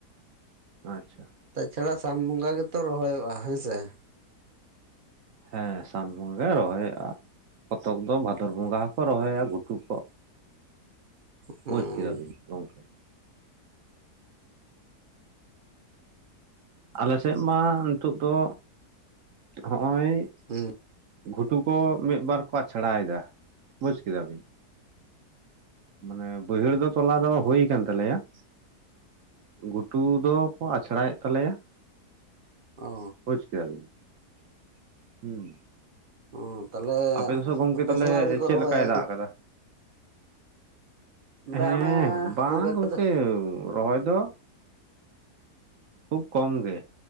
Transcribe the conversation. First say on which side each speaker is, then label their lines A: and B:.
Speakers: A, on the right (about 60°); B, on the right (about 40°).
A: ᱟᱪᱪᱷᱟ ᱾
B: ᱛᱟᱪᱷᱟᱲᱟ ᱥᱟᱱ ᱵᱚᱸᱜᱟ ᱜᱮᱛᱚ ᱨᱚᱦᱚᱭᱚᱜᱼᱟ ᱦᱮᱸ ᱥᱮ ᱾
A: ᱦᱮᱸ ᱥᱟᱱ ᱵᱚᱸᱜᱟ ᱜᱮ ᱨᱚᱦᱚᱭᱚ-ᱟ, ᱠᱚᱛᱚᱠ ᱫᱚ ᱵᱷᱟᱫᱚᱨ ᱵᱚᱸᱜᱟ ᱦᱚᱠᱚ ᱨᱚᱦᱚᱭᱟ ᱜᱷᱩᱴᱩ ᱠᱚ,
B: ᱦᱩᱸ
A: ᱵᱩᱡᱽ ᱠᱮᱫᱟᱵᱤᱱ ᱜᱚᱢᱠᱮ ᱾ ᱟᱞᱮ ᱥᱮᱫ ᱢᱟ ᱱᱤᱛᱳᱜ ᱫᱚ ᱦᱚᱜᱼᱚᱭ
B: ᱦᱩᱸ
A: ᱜᱷᱩᱴᱩ ᱠᱚ ᱢᱤᱫ ᱵᱟᱨ ᱠᱚ ᱟᱪᱷᱲᱟᱭ ᱮᱫᱟ ᱾ ᱵᱩᱡᱽ ᱠᱮᱫᱟ ᱵᱤᱱ ᱾ ᱢᱟᱱᱮ ᱵᱟᱹᱭᱦᱟᱹᱲ ᱫᱚ ᱛᱚᱞᱟ ᱫᱚ ᱦᱩᱭ ᱟᱠᱟᱱ ᱛᱟᱞᱮᱭᱟ ᱾ ᱜᱩᱴᱩ ᱜᱷᱩᱴᱩ ᱫᱚᱠᱚ ᱟᱪᱷᱲᱟᱭᱮᱫ ᱛᱟᱞᱮᱭᱟ ᱾
B: ᱚ
A: ᱵᱩᱡ ᱠᱮᱫᱟ ᱵᱤᱱ ᱾ ᱦᱩᱸ
B: ᱚᱸ ᱛᱟᱦᱚᱞᱮ
A: ᱟᱯᱮ ᱫᱚ ᱜᱚᱝᱠᱮ
B: ᱟᱯᱮ
A: ᱛᱟᱦᱚᱞᱮ
B: ᱥᱮᱫ ᱦᱚᱸ ᱟᱹᱣᱨᱤ ᱠᱚ
A: ᱪᱮᱫ
B: ᱨᱚᱦᱭᱟ?
A: ᱞᱮᱠᱟᱭ ᱫᱟᱜ ᱟᱠᱟᱫᱟ?
B: ᱫᱟᱜ
A: ᱦᱮᱸ
B: ᱢᱟ
A: ᱵᱟᱝ
B: ᱠᱷᱩᱵ ᱮᱠᱴᱟ
A: ᱜᱚᱢᱠᱮ
B: ᱫᱚ
A: ᱨᱚᱦᱚᱭ ᱫᱚ ᱠᱷᱩᱵ ᱠᱚᱢ ᱜᱮ